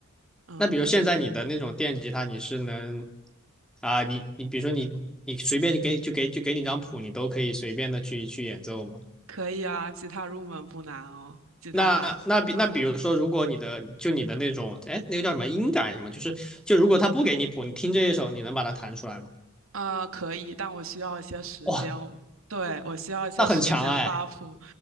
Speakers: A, on the right; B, in the centre.
A: 嗯。
B: 那比如现在你的那种电吉他，你是能啊，你你比如说你你随便就给就给就给你张谱，你都可以随便的去去演奏吗？
A: 可以啊，吉他入门不难哦。吉他，
B: 那那比那比如说，
A: 嗯，
B: 如果你的就你的那种哎，那个叫什么音感什么，就是就如果他不给你谱，你听这一首，你能把它弹出来吗？
A: 啊，可以，但我需要一些时间哦对，
B: 哇，
A: 我需要一些时间
B: 那很强哎，
A: buff